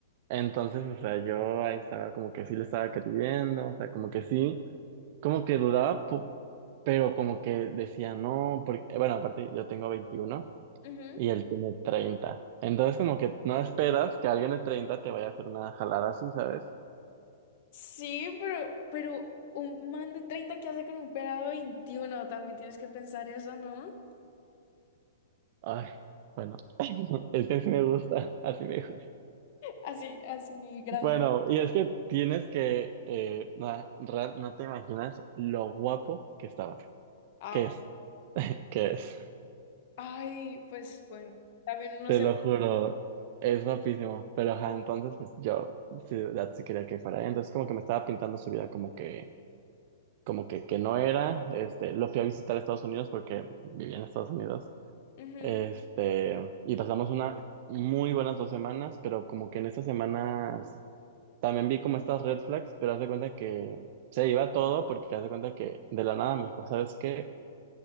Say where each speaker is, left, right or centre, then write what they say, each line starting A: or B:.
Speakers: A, on the right; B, on the left.
A: Entonces, o sea, yo ahí estaba como que sí le estaba creyendo, o sea, como que sí, como que dudaba, po- pero como que decía no, porque, bueno, aparte yo tengo 21
B: ujú.
A: y él tiene treinta Entonces como que no esperas que alguien de 30 te vaya a hacer una jalada así, ¿sabes?
B: Sí, pero, pero un man de 30 que hace con un pelado de 21, también tienes que pensar eso, ¿no?
A: Ay, bueno, <laughs> es que así me gusta, así me gusta.
B: Así, así grande.
A: Bueno, y es que tienes que, eh, na- real- no, te imaginas lo guapo que estaba,
B: Ah,
A: que
B: bueno.
A: es, <laughs> que es,
B: Ay, pues bueno, también uno
A: te
B: se...
A: lo juro, es guapísimo, pero ajá, entonces pues, yo sí, de verdad sí quería que fuera, entonces como que me estaba pintando su vida como que, como que, que no era, este, lo fui a visitar a Estados Unidos porque vivía en Estados Unidos
B: Ujú,
A: Este, y pasamos una muy buenas dos semanas, pero como que en estas semanas también vi como estas red flags, pero haz de cuenta que se iba todo porque haz de cuenta que de la nada me dijo, ¿sabes qué?